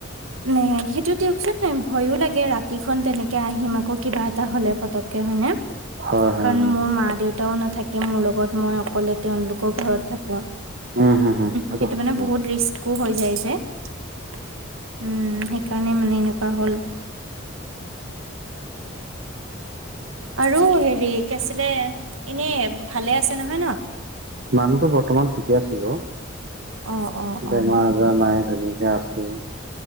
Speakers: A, on the right (about 85°); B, on the right (about 50°).
A: ন সেইটো দিয়কচোন ভয়ো লাগে ৰাতিখন তেনেকে আহিম আকৌ কিবা হলে পতককে হয়নে
B: হয় হয় হয়
A: কাৰণ মোৰ মা দেউতা এও নাথাকে মোৰ লগত মই অকলে তেওঁলোকৰ ঘৰত থাকো
B: উম হম হম
A: সেইটো
B: সত্য
A: মানে বহুত
B: কথা
A: ৰিস্ক একো হৈ যায় যে উম সেইকাৰণে মানে এনেকুৱা হ'ল আৰু হেৰি কি আছিলে এনে ভালে আছে নহয় ন
B: মানুহতো বৰ্তমান ঠিকে আছো বাৰু
A: অ', অ', অ',
B: বেমাৰ জ নাই ধুনীয়াকে আছো